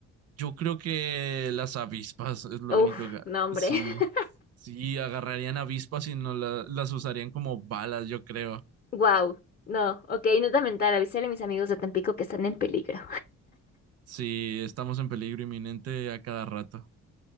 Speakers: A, on the right; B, on the left.
A: Yo creo que las avispas es lo
B: Uf,
A: único que
B: no, hombre.
A: sí,
B: <laughs>
A: sí agarrarían avispas y no la- las usarían como balas, yo creo.
B: Wow. No, ok, nota mental, avisarle a mis amigos de Tampico que están en peligro.
A: Si estamos en peligro inminente a cada rato.